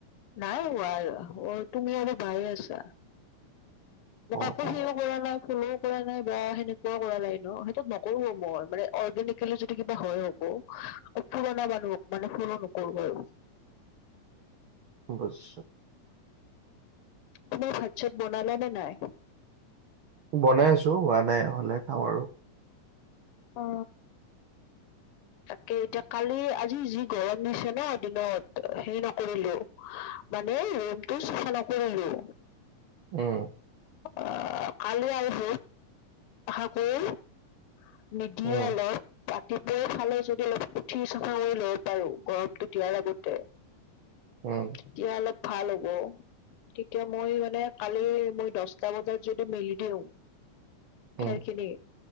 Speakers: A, on the left; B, on the right.
A: নাই হোৱা তুমি আৰু পাই আছা মোক
B: অ',
A: কাকো
B: অ'
A: সেও কৰা নাই ফুলও কৰা নাই বা সেনেকুৱাও কৰা নাই ন সেইটো নকৰোঁ মই মানে অৰ্গেনিকেলি যদি কিবা হয় হব পুৰণা মানুহ মানে পুল নকব আৰু
B: বুইছ
A: তোমাৰ ভাত চাত বনালে নে নাই
B: বনাই আছোঁ হোৱা নাই হ'লে খাম আৰু
A: অ তাকে এতিয়া কালি আজি যি গৰম দিছে ন দিনত হেৰি নকৰিলেও মানে ৰুমটো চফা নকৰিলোঁ
B: উম
A: আহ কালি আৰু <unintelligible> নিদিয়ে
B: উম,
A: <unintelligible> ৰাতিপুৱা ফালে যদি অলপ উঠি চফা কৰি ল'ব পাৰো গৰমটো দিয়াৰ আগতে
B: উম,
A: তেতিয়া অলপ ভাল হ'ব। তেতিয়া মই মানে কালি মই দহটা বজাত যদি মেলি দিওঁ।
B: উম।
A: খেৰখিনি।